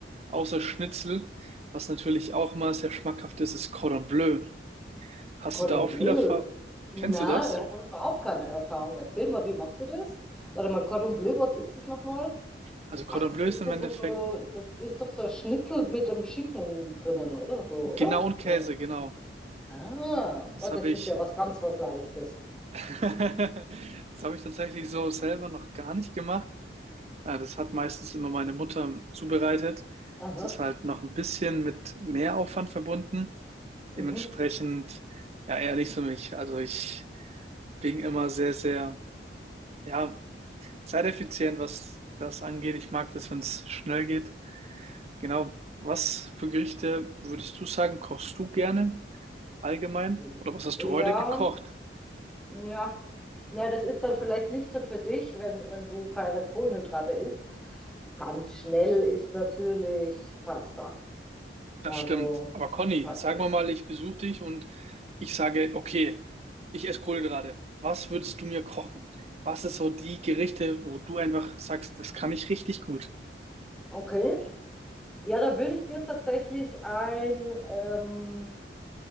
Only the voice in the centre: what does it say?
Cordon
Bleu?
Na,
ich habe überhaupt keine Erfahrung. Erzähl mal, wie machst du das? Warte mal, Cordon Bleu, was ist das nochmal?
Ach, das
ist
das,
wo du, das ist doch so ein Schnitzel mit dem Schinken drinnen, oder so,
oder?
Nee.
Ah,
oh, das
ist ja was ganz was Leichtes.
Aha.
Mhm.
Mhm.
Ja,
ja. Na, das ist dann vielleicht nicht so für dich, wenn, wenn du keine Kohlenhydrate isst. Ganz schnell ist natürlich Pasta.
Also
Pasta
Okay. Ja, da würde ich dir tatsächlich ein, ähm,